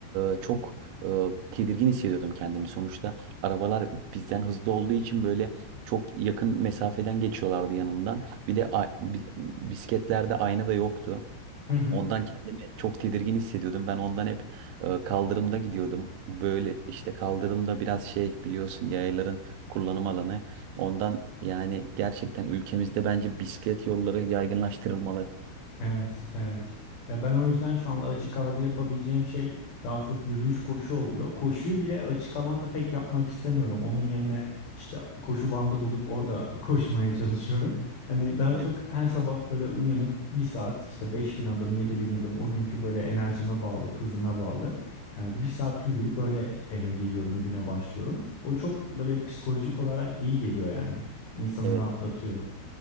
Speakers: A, on the right; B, on the left.
A: e, çok e, tedirgin hissediyordum kendimi. Sonuçta arabalar bizden hızlı olduğu için böyle çok yakın mesafeden geçiyorlardı yanımdan. Bir de a- bi- bisikletlerde ayna da yoktu.
B: Hı hı.
A: Ondan kendimi çok tedirgin hissediyordum. Ben ondan hep e, kaldırımda gidiyordum. Böyle işte kaldırımda biraz şey biliyorsun yayların kullanım alanı. Ondan yani gerçekten ülkemizde bence bisiklet yolları yaygınlaştırılmalı.
B: Evet, evet. Ya ben o yüzden şu anda açık havada yapabileceğim şey daha çok yürüyüş koşu oluyor. Koşuyu bile açık alanda pek yapmak istemiyorum. Onun yerine işte koşu bandı bulup orada <laughs> koşmaya çalışıyorum. Hani daha
A: Evet.
B: çok her sabah böyle uyanıp bir saat işte 5000 adım, yedi bin adım o günkü böyle enerjime bağlı, hızına bağlı. e, Bir saat yürüyüp böyle eve geliyorum, güne başlıyorum. O çok böyle psikolojik olarak iyi geliyor yani. İnsanı
A: Evet,
B: rahatlatıyor.